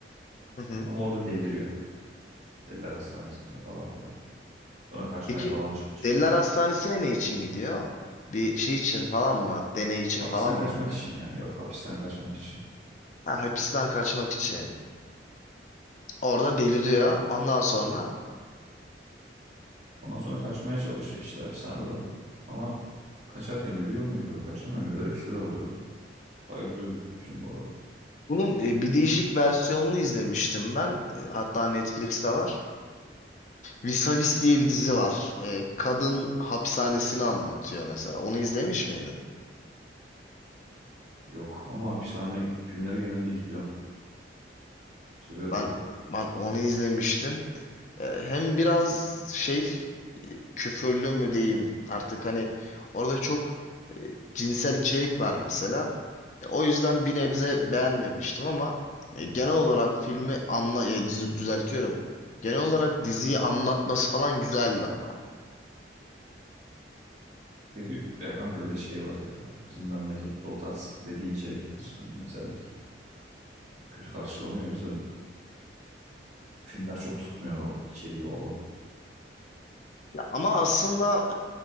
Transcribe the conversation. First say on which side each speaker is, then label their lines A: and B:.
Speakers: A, on the left (about 40°); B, on the right (about 40°).
A: Hı hı.
B: Ama orada deliriyor. Deliler Hastanesi'nde falan filan. Sonra kaçmaya
A: Peki
B: falan çalışıyor.
A: Deliler Hastanesi'ne ne için gidiyor? Bir şey için falan mı? Deney için
B: Hapisten
A: falan mı
B: kaçmak
A: gidiyor?
B: için ya. Yok hapisten kaçmak için.
A: Ha, hapisten kaçmak için. Orada deliriyor. Ondan sonra
B: Ondan sonra kaçmaya çalışıyor işte hapishaneden. Ama kaçarken ölüyor muydu? Kaçamıyor muydu? Öyle bir şeyler oluyordu. Baya güzel bir film bu arada.
A: bunun e, bir değişik versiyonunu izlemiştim ben. E, hatta Netflix'te var. Vis-a-Vis diye bir dizi var. E, kadın hapishanesini anlatıyor mesela. Onu izlemiş miydin?
B: Yok ama hapishane filmleri genelde izliyorum. Seviyorum
A: Ben
B: yani.
A: ben onu izlemiştim. E, hem biraz şey küfürlü mü diyeyim artık hani orada çok e, cinsel içerik var mesela. E, o yüzden bir nebze beğenmemiştim ama e, genel olarak filmi anla e, dizi düzeltiyorum. Genel olarak diziyi anlatması falan güzeldi ama.
B: Peki ya kanka bir de şey var ya. Bizim memlekette o tarz dediğin içerikler hani cinsellik kötü karşılanıyor. O yüzden filmler çok tutmuyor o içeriği olan.
A: Ya, ama aslında